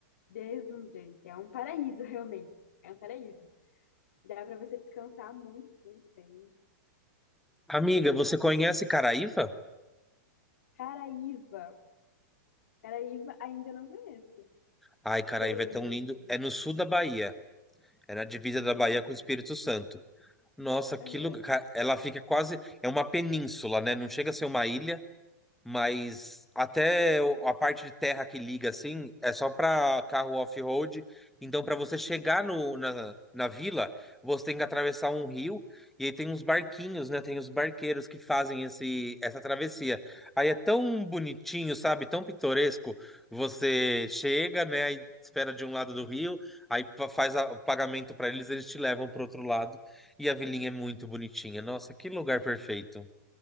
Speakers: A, on the left; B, in the centre.
A: deslumbrante. É um paraíso, <laughs> realmente. É um paraíso. Dá para você descansar muito, muito bem.
B: Amiga, você conhece Caraíva?
A: Caraíva. Caraíva ainda não conheço,
B: Ai, Caraíva
A: que eu lembre,
B: é tão lindo.
A: assim.
B: É no sul da Bahia. É na divisa
A: Hum,
B: da Bahia com o Espírito Santo. Nossa, que
A: aham.
B: lugar. ca- Ela fica quase. É uma península, né? Não chega a ser uma ilha, mas até o- a parte de terra que liga assim é só para carro off-road. Então, para você chegar no, na, na vila, você tem que atravessar um rio e aí tem uns barquinhos, né? Tem os barqueiros que fazem esse, essa travessia. Aí é tão bonitinho, sabe? Tão pitoresco. Você chega, né? Aí espera de um lado do rio, aí pa- faz a- o pagamento para eles, eles te levam para outro lado. E a vilinha é muito bonitinha. Nossa, que lugar perfeito.